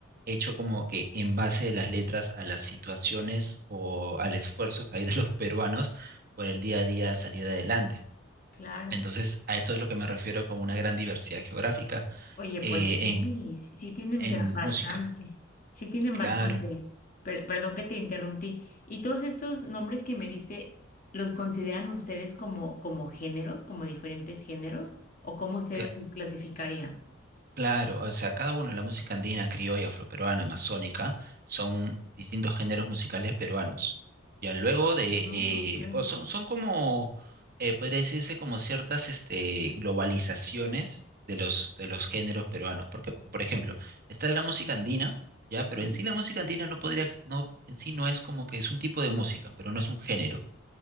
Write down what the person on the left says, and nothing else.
claro.
Oye,
pues sí,
sí sí tienen
ba- bastante,
sí tienen
bastante. Per- perdón que te interrumpí. ¿Y todos estos nombres que me diste, los consideran ustedes como, como géneros, como diferentes géneros? ¿O cómo ustedes
los clasificarían?
Ah,
ok.
Sí,